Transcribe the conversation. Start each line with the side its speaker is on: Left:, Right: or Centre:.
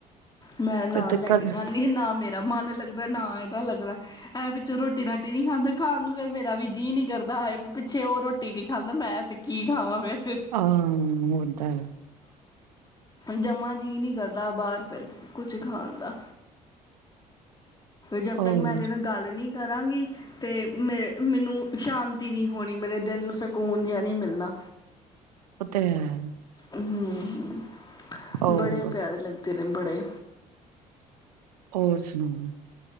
Left: ਮੈਂ ਨਾਲ
Right: ਫਿਰ ਦਿੱਕਤ
Left: ਲੈ ਕੇ ਜਾਂਦੀ ਸੀ ਨਾ ਮੇਰਾ ਮਨ ਲੱਗਦਾ ਨਾ ਇਹਦਾ ਲੱਗਦਾ। ਐ ਪਿੱਛੋਂ ਰੋਟੀ ਰਾਟੀ ਨੀ ਖਾਂਦਾ ਖਾਣ ਨੂੰ ਫਿਰ ਮੇਰਾ ਵੀ ਜੀਅ ਨੀ ਕਰਦਾ ਹਾਏ ਪਿੱਛੇ ਉਹ ਰੋਟੀ ਨੀ ਖਾਂਦਾ ਮੈਂ ਤੇ ਕੀ ਖਾਵਾਂ ਫੇਿਰ
Right: ਹਾਂ ਹੋਦਾ ਆ
Left: ਜੰਮਾ ਜੀਅ ਨਹੀ ਕਰਦਾ ਬਾਹਰ ਫਿਰ ਕੁਛ ਖਾਣ ਦਾ ਜਬ
Right: ਹੋਰ
Left: ਤੱਕ ਮੈਂ ਇਹਦੇ ਨੂੰ ਗੱਲ ਨੀ ਕਰਾਂਗੀ ਤੇ ਮੇ ਮੈਨੂੰ ਸ਼ਾਂਤੀ ਨਹੀਂ ਹੋਣੀ ਮੇਰੇ ਦਿਲ ਨੂੰ ਸਕੂਨ ਜਿਹਾ ਨਹੀਂ ਮਿਲਦਾ।
Right: ਓਤੇ ਹੈ
Left: ਹੂੰ
Right: ਹੋਰ
Left: ਬੜੇ ਪਿਆਰੇ ਲੱਗ ਤਿਲੰਮਬਰੇ
Right: ਔਰ ਸੁਣਾਓ?